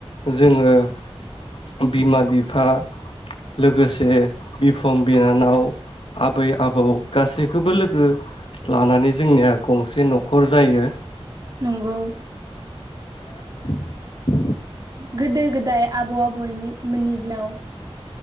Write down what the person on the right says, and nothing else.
नंगौ
गोदो गोदाय आबौ आबैनि मोननि दिनाव